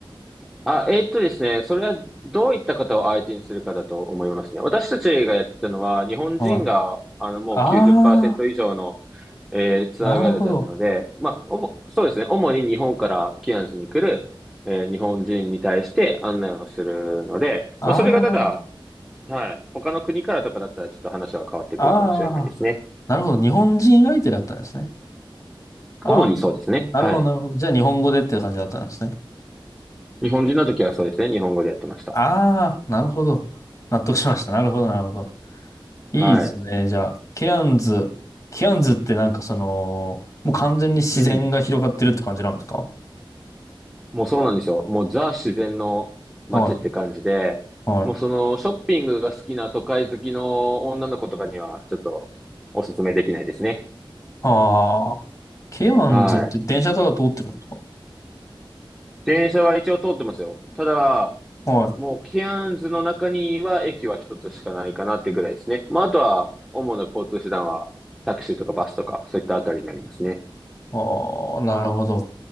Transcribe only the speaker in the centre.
あ、えーっとですね、それはどういった方を相手にするかだと思いますね。私たちがやってたのは、日本人が、
あの、もう90%
以上の、えーツアーガイドだったので、
まあ、おも、そうですね、主に日本からキアンズに来る、えー日本人に対して案内をするので、
まあ、それがただ、
はい、他の国からとかだったらちょっと話は変わってくるかもしれないですね。
主にそうですね。
はい。
日本人の時はそうですね、日本語でやってました。
はい。
うん。もうそうなんですよ。もうザ自然の街って感じで、
もうそのショッピングが好きな都会好きの女の子とかにはちょっとおすすめできないですね。
はい。電車は一応通ってますよ。ただ、
もうケアンズの中には駅は一つしかないかなっていうぐらいですね。まああとは主な交通手段はタクシーとかバスとかそういったあたりになりますね。